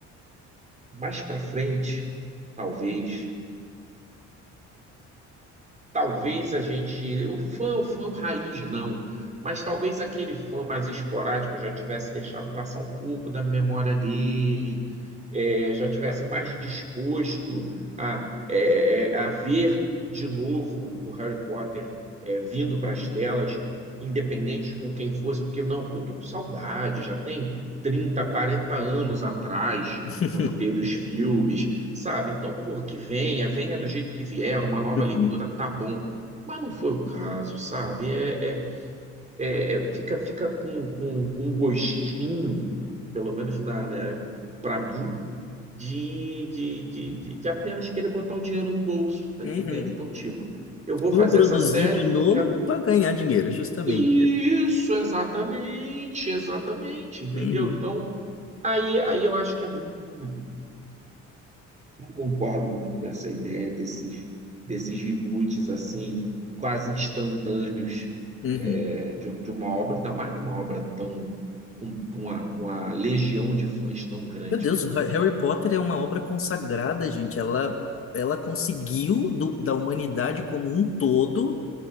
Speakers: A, on the right (about 25°); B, on the left (about 45°).
A: mais para frente, talvez, Talvez a gente, o fã, o fã raiz não, mas talvez aquele fã mais esporádico já tivesse deixado passar um pouco da memória dele, é, já tivesse mais disposto a, é, é, a ver de novo o Harry Potter é, vindo para as telas, independente de com quem fosse, porque não, porque eu tô com saudade, já tem 30 40 anos atrás,
B: <laughs>
A: quando teve os filmes sabe? Então, por que venha, venha do jeito que vier, uma nova
B: Uhum.
A: leitura tá bom. Mas não foi o caso, sabe? É, é, é- é- fica fica com, com, com um gostinho, pelo menos na, para mim, de, de, de, de, de apenas querer botar um dinheiro no bolso, tá entendendo?
B: Uhum.
A: Então, tipo, eu vou
B: como
A: fazer
B: produzir
A: essa série
B: de
A: porque
B: novo
A: eu quero.
B: para ganhar dinheiro, justamente.
A: Isso, exatamente, exatamente, entendeu?
B: Uhum,
A: Então, aí, aí eu acho que é muito problema. Não concordo muito com essa ideia desses, desses reboots assim, quase instantâneos
B: uhum.
A: é, de, um- de uma obra, ainda mais de uma obra tão com, com a, com a legião de fãs tão grande
B: Meu Deus,
A: quanto
B: Ha-
A: ela.
B: Harry Potter é uma obra consagrada, gente. Ela, ela conseguiu do- da humanidade como um todo